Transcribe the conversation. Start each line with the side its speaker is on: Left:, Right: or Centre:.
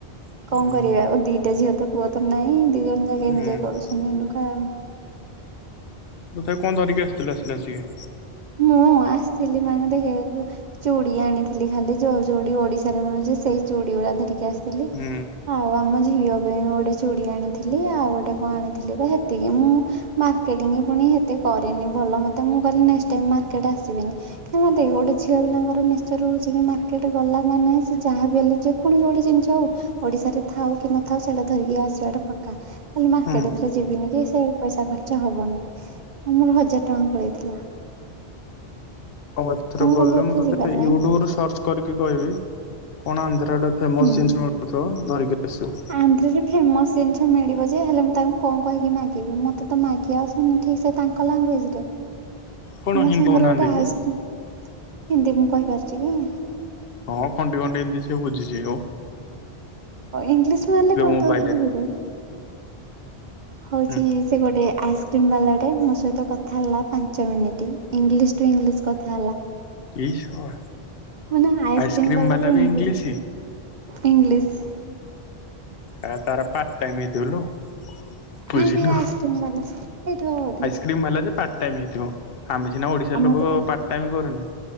Left: ଆଉ
Right: କଣ
Left: ହୁଁ
Right: କରିବେ ଆଉ ଦିଟା ଝିଅ ତ ପୁଅ ତ ନାଇଁ ଦି ଜଣ ଯାକ
Left: ହୁଁ
Right: ଏଞ୍ଜୟ କରୁସନ୍ତି ଏଉନୁକା ଆଉ।
Left: ତଥାପି କଣ ଧରିକି ଆସିଥିଲୁ ଆସିଲା ଆସିକି?
Right: ମୁଁ ଆସଥିଲି ମାନେ ଦେଖେ ହେ ଗୁ ଚୁଡି ଆଣିଥିଲି ଖାଲି ଯୋଉ ଚୁଡି ଓଡିଶାରେ ମିଳୁଚି ସେଇ ଚୁଡି ଗୁଡା ଧରିକି ଆସ୍ ଥିଲି
Left: ହୁଁ
Right: ଆଉ ଆମ ଝିଅ ପେଇଁ ଗୋଟେ ଚୁଡ଼ି ଆଣିଥିଲି ଆଉ ଗୋଟେ କଣ ଆଣିଥିଲି ତ ହେତିକି ମୁଁ ମାର୍କେଟିଙ୍ଗି ଫୁଣି ହେତେ କରେନି ଭଲ ମତେ ମୁଁ କହିଲି ନେଷ୍ଟ ଟାଇମ୍ ମାର୍କେଟ ଆସିବିନି। <unintelligible> ଦେଖେ ଗୋଟେ ଝିଅ ପିଲାଙ୍କର ନେଚର ହଉଚି କି ମାର୍କେଟ ଗଲା ମାନେ ସେ ଯାହା ବି ହେଲେ ଜୁ କୌଣସି ଗୋଟେ ଜିନିଷ ହଉ ଓଡିଶାରେ ଥାଉ କି ନଥାଉ ସେଇଟା ଧରିକି ଆସିବାଟା ପକା। କହିଲି ମାର୍କେଟ
Left: ହୁଁ।
Right: ଏଥର ଯିବିନି କି ସେଇ ପଇସା ଖର୍ଚ୍ଚ ହବନି ମୋର ହଜାର ଟଙ୍କା ପଳେଇଥିଲା।
Left: ହଉ ଏଥର ଗଲେ
Right: କହିଲି ଏଥର
Left: ମୁଁ ତତେ
Right: ଯିବାର
Left: ୟୁଟ୍ୟୁବୁ
Right: ନାହିଁ
Left: ରୁ ସର୍ଚ୍ଚ କରିକି କହିବି କଣ ଆନ୍ଧ୍ର ଆଡେ ଫେମସ
Right: ହୁଁ।
Left: ଜିନିଷ ମିଳୁଥିବ ଧରିକି ଆସିବୁ।
Right: ଆନ୍ଧ୍ରରେ ଫେମସ ଜିନିଷ ମିଳିବ ଯେ ହେଲେ ମୁଁ ତାଙ୍କୁ କଣ କହିକି ମାଗିବି ମତେ ତ ମା ଗି ଆସୁନି ଠିକ୍ ସେ ତାଙ୍କ ଲାଙ୍ଗୁଏଜ ରେ
Left: କଣ
Right: ମୋ
Left: ହିନ୍ଦୁ
Right: ସାଙ୍ଗରେ
Left: ହଉନାହାନ୍ତି
Right: ଗୋଟେ
Left: କି?
Right: ଆଇସ୍ ହିନ୍ଦୀ ମୁଁ କହିପାରୁଚି କି।
Left: ହଁ ଖଣ୍ଡି ଖଣ୍ଡି ହିନ୍ଦୀ ସେ ବୁଝି ଯିବ।
Right: ଇଂଲିଶ ମାରିଲେ <unintelligible>
Left: ମୋବାଇଲରେ
Right: ହଉଚି
Left: ହୁଁ
Right: ସେ ଗୋଟେ ଆଇସ୍କ୍ରିମ୍ ବାଲାଟେ ମୋ ସହିତ କଥା ହେଲା ପାଞ୍ଚ ମିନିଟି। ଇଂଲିଶ ଟୁ ଇଂଲିଶ କଥା ହେଲା।
Left: ଇ ଶଳା।
Right: ମାନେ ଆଇସ୍କ୍ରିମ୍
Left: ଆଇସ୍କ୍ରିମ
Right: ବାଲାଟେ
Left: ବାଲା ବି
Right: ଇଂଲିଶ୍
Left: ଇଂଲିଶ
Right: ଇଂଲିଶ୍
Left: ଆ ତାର ପାଟ ଟାଇମ୍ ହେଇଥିବ ଲୋ। ବୁଝିଲୁ
Right: ନାଇଁ ବେ ଆଇସ୍କ୍ରିମ୍ ବାଲା। ହେଇଥିବ ବୋଧେ।
Left: ସ୍କ୍ରୀମ ବାଲା ଯେ ପାର୍ଟ ଟାଇମ୍ ହେଇଥିବ। ଆମେ ସିନା ଓଡ଼ିଶାର
Right: ଆଉ ମତେ
Left: ଲୋକ ପାର୍ଟ ଟାଇମ୍ କରୁନେ।